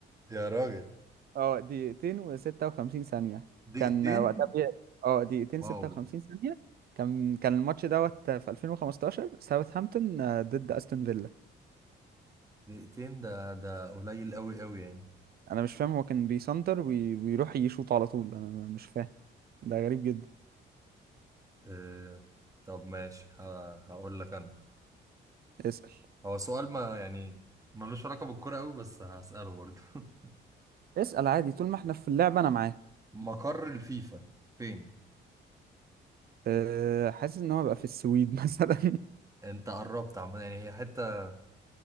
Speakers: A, on the right; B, on the right.
A: يا راجل
B: اه دقيقتين وستة وخمسين ثانية
A: دقيقتين
B: كان وقتها بي... اه دقيقتين
A: واو
B: ستة وخمسين ثانية كان كان الماتش دوت في 2015 ساوثهامبتون آه، ضد استون فيلا
A: دقيقتين ده ده قليل قوي قوي يعني
B: انا مش فاهم هو كان بيسنتر وي... ويروح يشوط على طول انا م- مش فاهم ده غريب جدا
A: آه... طب ماشي ه... هقول لك أنا
B: اسأل
A: هو سؤال ما يعني ملوش علاقة بالكرة قوي بس هسأله برضه <laughs>
B: اسأل عادي طول ما احنا في اللعبة انا معاك
A: مقر الفيفا فين؟
B: أه... حاسس ان هو بقى في السويد <laughs> مثلا
A: انت قربت عامة يعني هي حتة